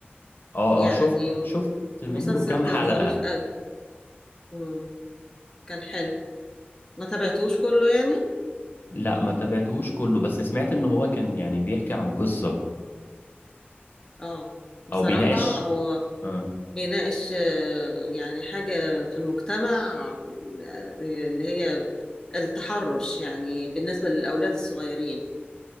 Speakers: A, on the left; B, on the left.
A: اه
B: يعني
A: اه شفت
B: م-
A: شفت منه
B: مسلسل
A: كام
B: كان
A: حلقة
B: ظريف قوي مم. كان حلو ما تابعتوش كله يعني
A: لا ما تابعتهوش كله بس سمعت ان هو كان يعني بيحكي عن قصة
B: اه بصراحة
A: او بيناقش
B: هو
A: اه,
B: بيناقش آه، يعني حاجة في المجتمع آه، اللي هي التحرش يعني بالنسبة للأولاد الصغيرين